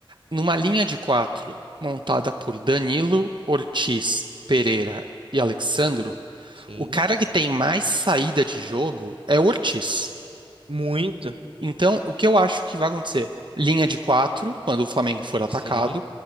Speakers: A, on the right; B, on the right.
A: numa linha de quatro montada por Danilo, Ortiz, Pereira e Alexandro,
B: Sim,
A: o cara que tem mais saída de jogo é o Ortiz.
B: muito.
A: Então, o que eu acho que vai acontecer? Linha de quatro, quando o Flamengo for atacado.
B: Sim.